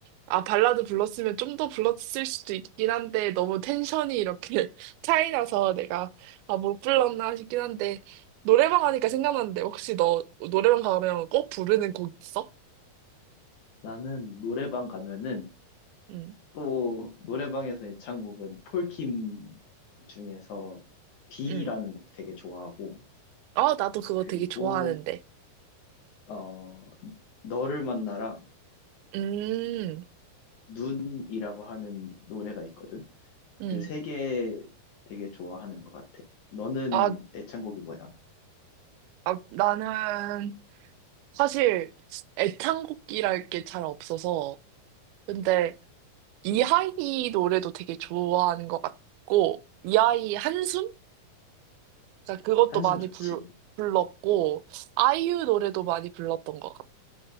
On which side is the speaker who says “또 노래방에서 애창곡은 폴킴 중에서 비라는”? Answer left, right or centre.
Left